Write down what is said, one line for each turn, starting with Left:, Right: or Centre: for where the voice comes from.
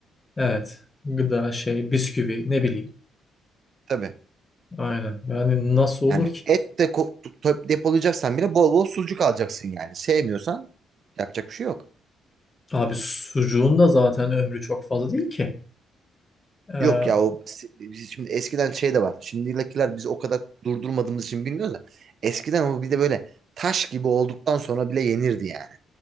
Left: evet. Gıda şey bisküvi ne bileyim.
Right: tabii.
Left: Aynen. Yani nasıl olur
Right: Yani
Left: ki?
Right: et de ko- to- depolayacaksan bile bol bol sucuk alacaksın yani. Sevmiyorsan yapacak bir şey yok.
Left: Abi sucuğun da zaten ömrü çok fazla değil ki. Ee,
Right: Yok ya o biz şimdi eskiden şey de var. Şimdikiler biz o kadar durdurmadığımız için bilmiyoruz da. Eskiden o bir de böyle taş gibi olduktan sonra bile yenirdi yani.